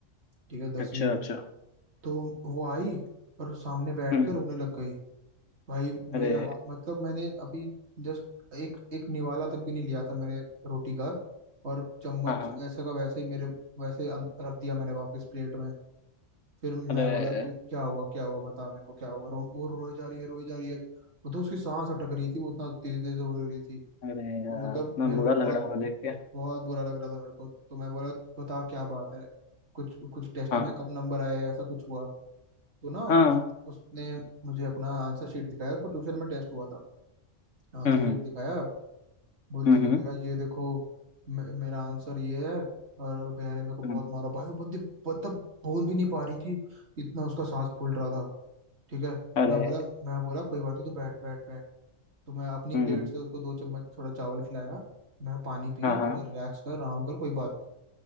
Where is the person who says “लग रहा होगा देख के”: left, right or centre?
Left